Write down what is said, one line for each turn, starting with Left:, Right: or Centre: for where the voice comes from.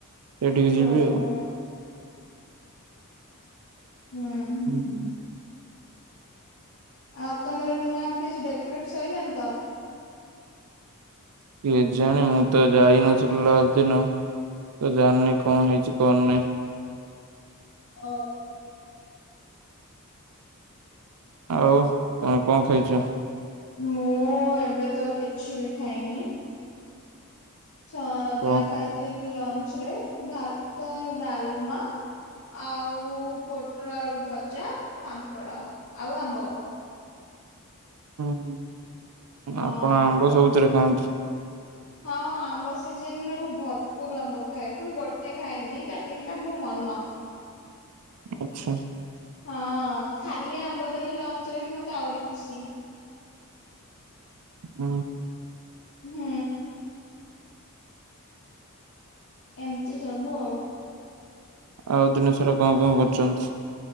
Right: ସେଇଠିକି
Left: ଓହୋ
Right: ଯିବି ଆଉ।
Left: ହୁଁ। ହୁଁ।
Right: ହୁଁଁ।
Left: ଆଉ ତମର ନୂଆ ଅଫିସ୍ ଡେକୋରେଟ୍ ସଇଲାଣିି ତ?
Right: କେଜାଣି ମୁଁ ତ ଯାଇନଥିଲି ଲାଷ୍ଟ ଦିନ, ତ ଜାଣିନି
Left: ହୁଁ
Right: କଣ
Left: ହୁଁ
Right: ହେଇଚି କଣ ନାଇଁ।
Left: ଓ।
Right: ଆଉ ତମେ କଣ ଖାଇଚ?
Left: ମୁଁ ଏବେ ତ କିଛି ବି ଖାଇନି। ଛ
Right: କଣ?
Left: ଯାହା ଖାଇଥିଲି ଲଞ୍ଚରେ। ଭାତ, ଡାଲମା ଆଉ ପୋଟଳ ଆଳୁ ଭଜା, ପାମ୍ପଡ଼ ଆଉ ଆମ୍ବ।
Right: ହଁ,
Left: ହଁ।
Right: ଆପଣ ଆମ୍ବ ସବୁଥିରେ ଖାଆନ୍ତି?
Left: ହଁ ହଁ ଆମ୍ବ ସିଜିନରେ ମୁଁ ଭରପୁର୍ ଆମ୍ବ ଖାଏ, ପୁଣି ଗୋଟେ ଖାଏନି ଦିଟା ତିନିଟା ମୋ ମନ।
Right: ଆଚ୍ଛା।
Left: ହଁ, ଖାଲି ଆମ୍ବ ଦେଲେ ଲଞ୍ଚରେ ବି ମତେ ଆହୁରି ଖୁସି।
Right: ହୁଁ।
Left: ହୁଁ। ଏମତି ସବୁ ଆଉ।
Right: ଆଉ ଦିନ ସାରା କଣ କଣ କରୁଚନ୍ତି?